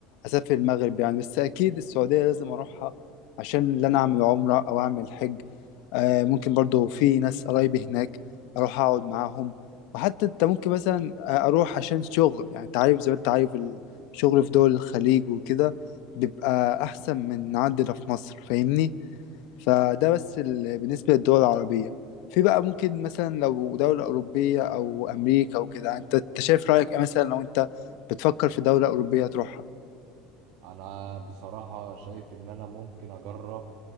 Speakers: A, on the left; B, on the right.
A: اسافر المغرب يعني بس اكيد السعودية لازم اروحها عشان اللي انا اعمل عمرة او اعمل حج آه، ممكن برضو في ناس قرايبي هناك اروح اقعد معاهم وحتى انت ممكن مثلا اروح عشان شغل يعني انت عارف زي ما انت عارف الشغل في دول الخليج وكده بيبقى أحسن من عندنا في مصر فاهمني فده بس ال... بالنسبة للدول العربية في بقى ممكن مثلا لو دولة أوروبية أو أمريكا وكده أنت أنت شايف رأيك إيه مثلا لو أنت بتفكر في دولة أوروبية تروحها
B: انا بصراحة شايف ان انا ممكن اجرب